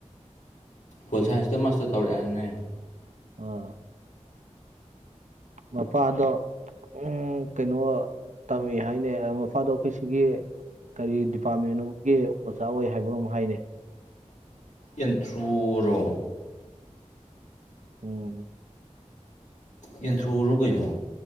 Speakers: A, on the left; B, on the right.
A: ꯄꯣꯜ ꯁꯥꯏꯟꯁꯇ ꯃꯥꯁꯇꯔ ꯇꯧꯔꯛꯦꯍꯅꯦ
B: ꯑꯥ ꯃꯄꯥꯗꯣ ꯎ ꯀꯩꯅꯣ ꯇꯝꯃꯤ ꯍꯥꯏꯅꯦ ꯃꯄꯥꯗꯣ ꯑꯩꯈꯣꯏ ꯁꯤꯒꯤ ꯀꯔꯤ ꯗꯤꯄꯥꯔꯠꯃꯦꯟꯒꯤ ꯑꯣꯖꯥ ꯑꯣꯏ ꯍꯥꯏꯕꯅꯣ ꯑꯃ ꯍꯥꯏꯅꯤ
A: ꯏꯟꯊ꯭ꯔꯨꯔꯣ
B: ꯎꯨꯝ
A: ꯌꯦꯟꯊ꯭ꯔꯨꯔꯣ ꯀꯩꯅꯣ